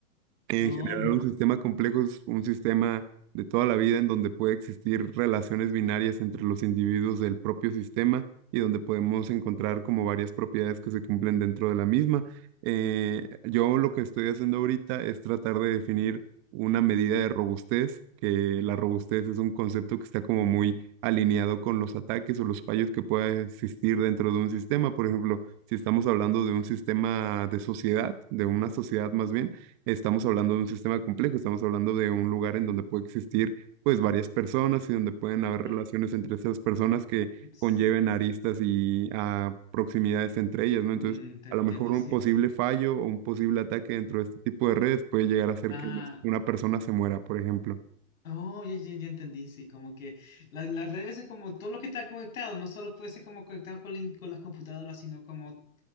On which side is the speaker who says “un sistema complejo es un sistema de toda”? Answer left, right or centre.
Right